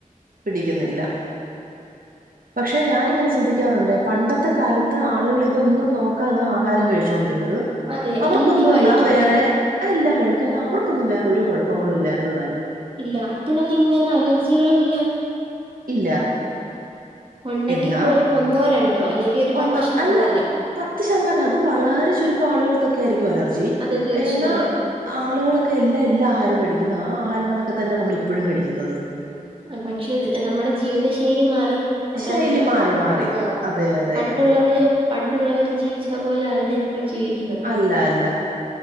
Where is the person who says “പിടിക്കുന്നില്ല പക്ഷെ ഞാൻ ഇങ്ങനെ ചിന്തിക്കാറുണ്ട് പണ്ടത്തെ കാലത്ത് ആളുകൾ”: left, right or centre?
Right